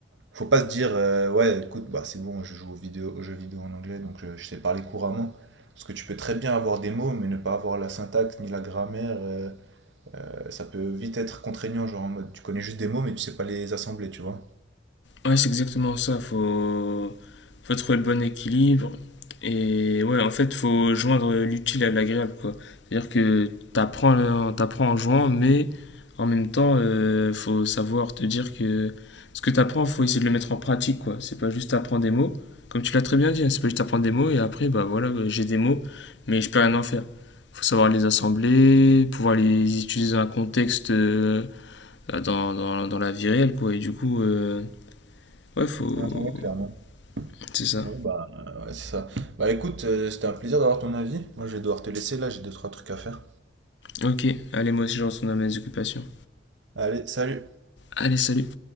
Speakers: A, on the right (about 75°); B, on the left (about 75°).
A: faut pas se dire euh, ouais, écoute, bah c'est bon, je joue aux vidéo, aux jeux vidéo en anglais, donc je, je sais parler couramment. Parce que tu peux très bien avoir des mots, mais ne pas avoir la syntaxe ni la grammaire, euh, euh, ça peut vite être contraignant, genre en mode tu connais juste des mots, mais tu sais pas les assembler, tu vois.
B: Ouais, c'est exactement ça. Faut... faut trouver le bon équilibre. Et ouais, en fait, faut joindre l'utile à l'agréable, quoi. C'est-à-dire que t'apprends le- t'apprends en jouant, mais en même temps, euh, faut savoir te dire que ce que t'apprends, faut essayer de le mettre en pratique, quoi. C'est pas juste apprendre des mots. Comme tu l'as très bien dit, hein, c'est pas juste apprendre des mots et après, bah voilà, euh, j'ai des mots, mais je peux rien en faire. Faut savoir les assembler, pouvoir les utiliser dans un contexte, euh, bah, dans, dans- dans la vie réelle, quoi. Et du coup... euh, Ouais, faut.
A: Ouais, ouais, clairement.
B: C'est ça.
A: Ouais, bah, euh, ouais, c'est ça. Bah écoute, euh, c'était un plaisir d'avoir ton avis. Moi, je vais devoir te laisser là, j'ai deux, trois trucs à faire.
B: Ok, allez, moi aussi je retourne à mes occupations.
A: Allez, salut!
B: Allez, salut.